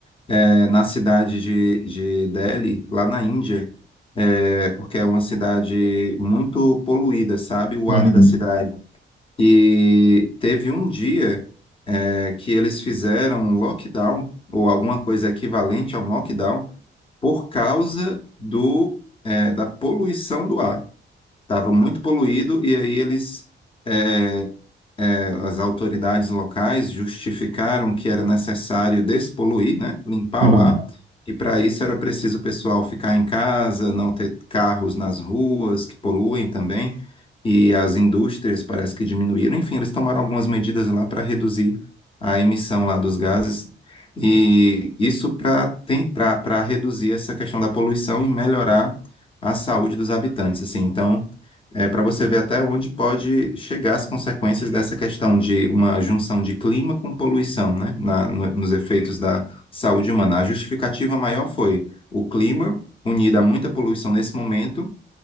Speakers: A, on the left; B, on the right.
A: é, na cidade de, de Delhi, lá na Índia, é, porque é uma cidade muito poluída, sabe? O
B: Uhum.
A: ar da cidade. E teve um dia, é, que eles fizeram um lockdown, ou alguma coisa equivalente a um lockdown, por causa do, é, da poluição do ar. Estava muito poluído e aí eles. é, eh, as autoridades locais justificaram que era necessário despoluir, né, limpar
B: Uhum. Uhum.
A: o ar, e para isso era preciso o pessoal ficar em casa, não ter carros nas ruas que poluem também, e as indústrias parece que diminuíram. Enfim, eles tomaram algumas medidas lá para reduzir a emissão lá dos gases. E isso para para reduzir essa questão da poluição e melhorar a saúde dos habitantes. Assim, então, é, para você ver até onde pode chegar as consequências dessa questão de uma junção de clima com poluição, né, na- no- nos efeitos da saúde humana. A justificativa maior foi o clima, unido a muita poluição nesse momento,